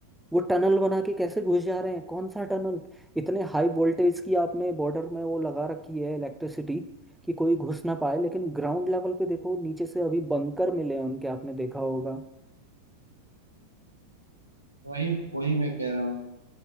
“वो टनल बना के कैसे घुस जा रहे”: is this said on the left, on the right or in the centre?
Centre